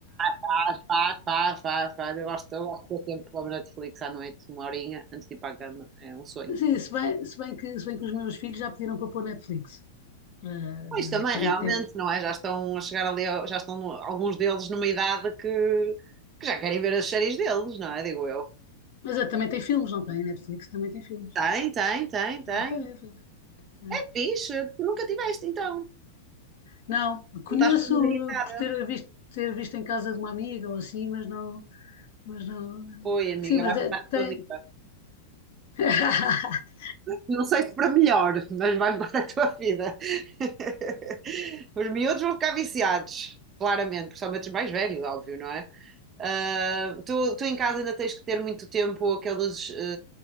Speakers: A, on the right; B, on the left.
A: faz, faz, faz, faz, faz. Eu gosto, eu gosto de ter tempo para ver Netflix à noite, uma horinha, antes de ir para a cama. É um sonho.
B: Sim, se bem, se bem que, se bem que os meus filhos já pediram para pôr Netflix. Para-
A: Pois
B: deve-
A: também,
B: também,
A: realmente,
B: que deve-
A: não é? Já estão a chegar ali, ao- já estão no- alguns deles numa idade que, que já querem ver as séries deles, não é? Digo eu.
B: mas eh, também tem filmes, não tem? A Netflix também tem filmes.
A: Tem, tem, tem, tem.
B: Ah, tá, é, foi, portanto.
A: É fixe, tu nunca tiveste, então.
B: Não, conheço
A: Não estás familiarizada.
B: por ter visto, ter visto em casa de uma amiga ou assim, mas não. Mas não
A: Oi, amiga,
B: sim, mas
A: vai
B: de-
A: mudar a
B: tem.
A: tua vida.
B: <laughs>
A: Não sei se para melhor, mas vai mudar a tua vida. <laughs> Os miúdos vão ficar viciados, claramente, principalmente os mais velhos, óbvio, não é? Uh, tu, tu em casa ainda tens que ter muito tempo aqueles uh,